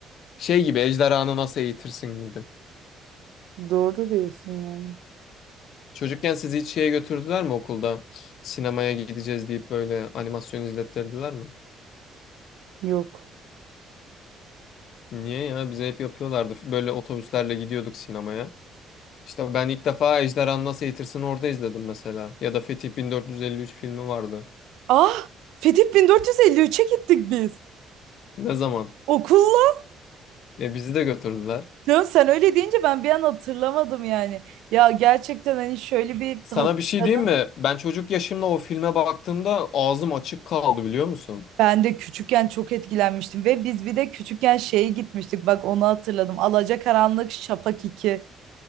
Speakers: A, on the left; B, on the right.
A: Şey gibi ejderhanı nasıl eğitirsin gibi.
B: Doğru diyorsun yani.
A: Çocukken sizi hiç şeye götürdüler mi okulda? Sinemaya gideceğiz deyip böyle animasyon izlettirdiler mi?
B: Yok.
A: Niye ya? Bize hep yapıyorlardı. Böyle otobüslerle gidiyorduk sinemaya. İşte ben ilk defa Ejderhanı Nasıl Eğitirsin'i orada izledim mesela. Ya da Fetih 1453 filmi vardı.
B: Ah, Fetih 1453'e gittik biz.
A: Ne zaman?
B: Okulla.
A: Ya bizi de götürdüler.
B: Ya sen öyle deyince ben bir an hatırlamadım yani. Ya gerçekten hani şöyle bir
A: Sana
B: hatırladım.
A: bir şey diyeyim mi? Ben çocuk yaşımda o filme baktığımda ağzım açık kaldı biliyor musun?
B: Ben de küçükken çok etkilenmiştim ve biz bir de küçükken şeye gitmiştik. Bak onu hatırladım. Alacakaranlık Şafak iki.